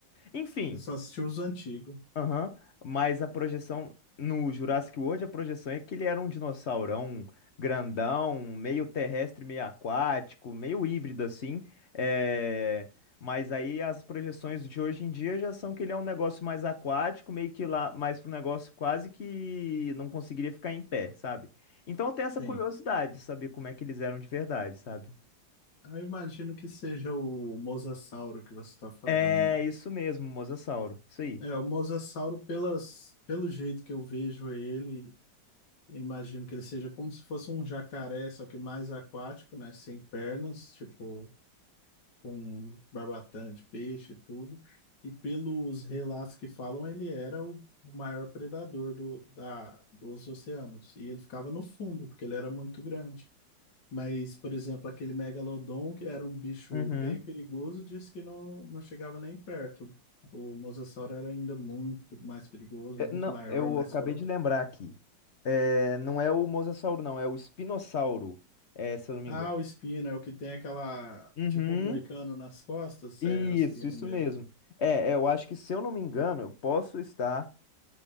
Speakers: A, on the left (about 55°); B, on the left (about 70°).
A: Enfim,
B: Eu só assisti os antigos.
A: aham, mas a projeção no Jurassic World, a projeção é que ele era um dinossaurão grandão, meio terrestre, meio aquático, meio híbrido assim. é, Mas aí as projeções de hoje em dia já são que ele é um negócio mais aquático, meio que lá, mais para um negócio quase que não conseguiria ficar em pé, sabe? Então eu tenho essa
B: Sim.
A: curiosidade de saber como é que eles eram de verdade, sabe?
B: Eu imagino que seja o Mosasauro que você está falando.
A: É isso mesmo, mosasauro. Isso aí.
B: É, o mosasauro, pelas, pelo jeito que eu vejo ele, eu imagino que ele seja como se fosse um jacaré, só que mais aquático, né? Sem pernas, tipo, com barbatana de peixe e tudo. E pelos relatos que falam, ele era o maior predador do, da, dos oceanos. E ele ficava no fundo, porque ele era muito grande. Mas, por exemplo, aquele megalodon, que era um bicho
A: Uhum.
B: bem perigoso, disse que não, não chegava nem perto. O mosasauro era ainda muito mais perigoso,
A: É,
B: muito
A: não,
B: maior,
A: eu
B: mais
A: acabei
B: forte.
A: de lembrar aqui. É, não é o mosasauro, não, é o espinossauro, é, se eu não me
B: Ah,
A: engano.
B: o espino é o que tem aquela,
A: Uhum,
B: tipo um moicano nas costas,
A: isso,
B: é o espino
A: isso
B: mesmo.
A: mesmo. É, é, eu acho que se eu não me engano, eu posso estar,